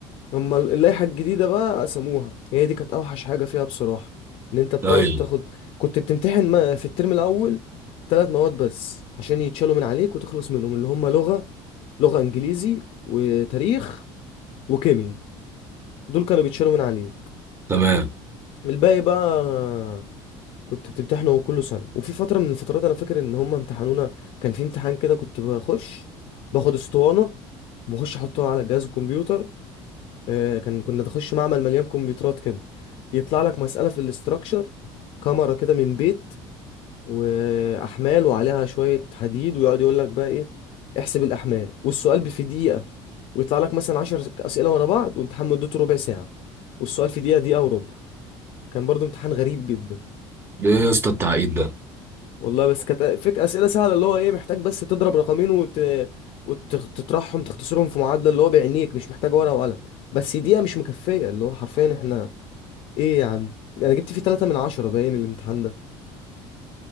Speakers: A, on the left (about 55°); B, on the right (about 20°).
A: هما ال- اللائحه الجديده بقى قسموها هي دي كانت اوحش حاجه فيها بصراحه ان انت بتقعد
B: ايوه
A: تاخد كنت بتمتحن ما- في الترم الاول ثلاث مواد بس عشان يتشالوا من عليك وتخلص منهم اللي هما لغه لغه انجليزي وتاريخ وكيمياء دول كانوا بيتشالوا من عليك
B: تمام
A: الباقي بقى كنت بتمتحنوا كل سنة وفي فترة من الفترات أنا فاكر إن هما امتحنونا كان في امتحان كده كنت بخش باخد اسطوانة بخش أحطها على جهاز الكمبيوتر آه، كان كنا نخش معمل مليان كمبيوترات كده يطلع لك مسألة في الاستراكشر كاميرا كده من بيت وأحمال وعليها شوية حديد ويقعد يقول لك بقى إيه احسب الأحمال والسؤال ب- في دقيقة ويطلع لك مثلا عشر أسئلة ورا بعض وامتحان مدته ربع ساعة والسؤال في دقيقة دقيقة وربع كان برضو امتحان غريب جدا
B: ده ايه يا اسطى التعقيد ده
A: والله بس كانت فك اسئله سهله اللي هو ايه محتاج بس تضرب رقمين وت... وتطرحهم تختصرهم في معادله اللي هو بعينيك مش محتاج ورقه وقلم بس دقيقه مش مكفيه اللي هو حرفيا احنا ايه يا عم انا جبت فيه 3 من 10 باين الامتحان ده